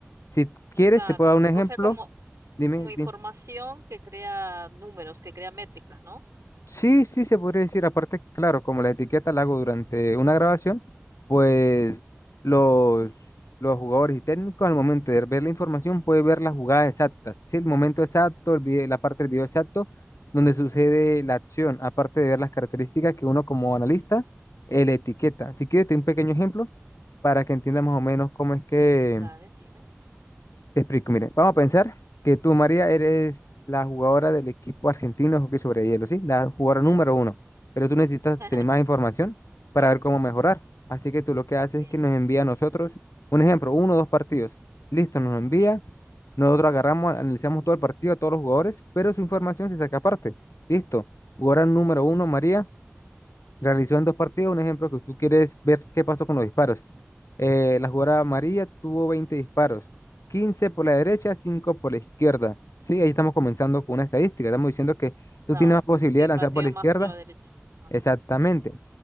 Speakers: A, on the left (about 80°); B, on the right (about 85°).
A: Si quieres,
B: Claro,
A: te puedo dar un
B: eh,
A: ejemplo.
B: o sea, como,
A: Dime,
B: como información
A: dime.
B: que crea números, que crea métricas, ¿no?
A: Sí, sí, se podría decir. Aparte, claro, como la etiqueta la hago durante una grabación, pues los, los jugadores y técnicos al momento de ver la información pueden ver las jugadas exactas. Sí, el momento exacto, el vide- la parte del video exacto donde sucede
B: Mm,
A: la acción, aparte de ver las características que uno como analista eh, le etiqueta. Si quieres, te doy un pequeño ejemplo para que entiendas
B: Sí,
A: más o menos cómo es que,
B: dale, dime.
A: Te explico, mire, vamos a pensar que tú, María, eres la jugadora del equipo argentino de hockey sobre hielo, ¿sí? La jugadora número uno, pero tú necesitas
B: <laughs>
A: tener más información para ver cómo mejorar. Así que tú lo que haces
B: Bien,
A: es que nos envía a nosotros, un ejemplo, uno o dos partidos. Listo, nos lo envía,
B: sí.
A: nosotros agarramos, analizamos todo el partido, a todos los jugadores, pero su información se saca aparte. Listo, jugadora número uno, María, Realizó en dos partidos, un ejemplo que tú quieres ver qué pasó con los disparos. Eh, la jugada
B: Mm.
A: amarilla tuvo 20 disparos, 15 por la derecha, 5 por la izquierda. Sí, ahí estamos comenzando con una estadística. Estamos diciendo que tú
B: Claro,
A: tienes más posibilidad
B: que
A: de lanzar
B: pateo
A: por la izquierda.
B: más por la derecha. Ah,
A: Exactamente.
B: bien.